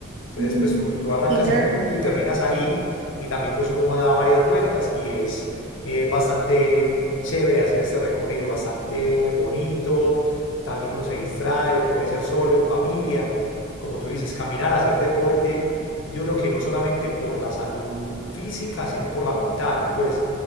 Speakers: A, on the left; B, on the right.
A: Entonces,
B: Ujú.
A: pues tú, tú arrancas
B: Sí, claro.
A: en un punto y terminas ahí y también pues uno da varias vueltas y es eh, bastante chévere hacer este recorrido, bastante bonito, también uno se distrae, puede ser solo, en familia, como tú dices, caminar, hacer deporte, yo creo que no solamente por la salud física, sino por la mental, pues